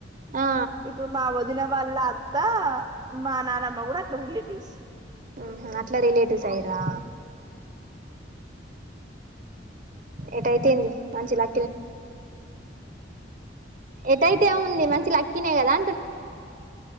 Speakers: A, on the right; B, on the right.
A: ఆ
B: ఇప్పుడు మా వదిన వాళ్ళ అత్త మా నానమ్మ కూడా అట్లా రిలేటివ్స్
A: ఆహా అట్లా రిలేటివ్స్ అయి రా ఎటైతే ఎంది మంచి లా ఎటైతే ఏముంది మంచి లక్కీనేగదా